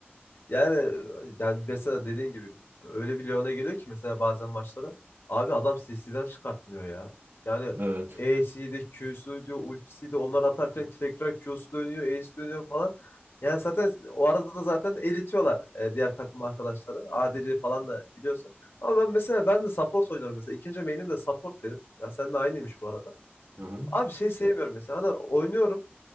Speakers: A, on the left (about 70°); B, on the right (about 65°).
A: Yani e, yani mesela dediğin gibi öyle bir Lyon'a geliyor ki mesela bazen maçlara abi adam C C'den çıkartmıyor ya. Yani
B: Evet.
A: E'siydi, Q'suydu, ultisiydi onlar atarken tekrar Q'su dönüyor, E'si dönüyor falan. Yani zaten o arada da zaten eritiyorlar e, diğer takım arkadaşları. ADC falan da biliyorsun. Ama ben mesela ben de support oynarım mesela. İkinci main'im de support benim. Ya sen de aynıymış bu arada.
B: Hı hı.
A: Abi şey sevmiyorum mesela. Hani oynuyorum.